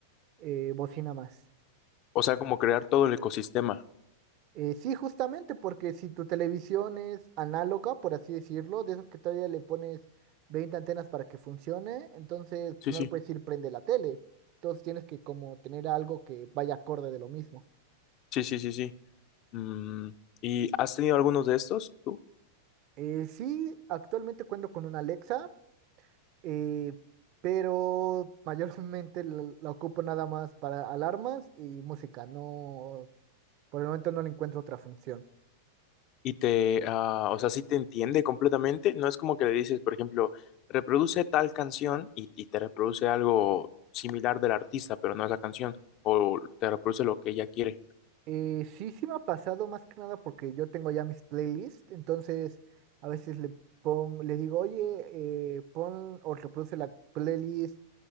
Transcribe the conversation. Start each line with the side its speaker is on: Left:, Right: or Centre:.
Right: eh, bocina más.
Left: O sea, como crear todo el ecosistema.
Right: Eh, sí, justamente, porque si tu televisión es análoga, por así decirlo, de esos que todavía le pones 20 antenas para que funcione, entonces
Left: Sí,
Right: pues, no
Left: sí.
Right: le puedes decir prende la tele. Entonces tienes que como tener algo que vaya acorde de lo mismo.
Left: Sí, sí, sí, sí. Mm, ¿y has tenido algunos de estos tú?
Right: Eh, sí, actualmente cuento con una Alexa, eh, pero <laughs> mayormente la, la ocupo nada más para alarmas y música. No, por el momento no le encuentro otra función.
Left: y te, ah, o sea, sí te entiende completamente. No es como que le dices, por ejemplo, reproduce tal canción y, y te reproduce algo similar del artista, pero no esa canción, o te reproduce lo que ella quiere.
Right: Eh, sí, sí me ha pasado más que nada porque yo tengo ya mis playlists, entonces a veces le pon, le digo, oye, eh, pon o reproduce la playlist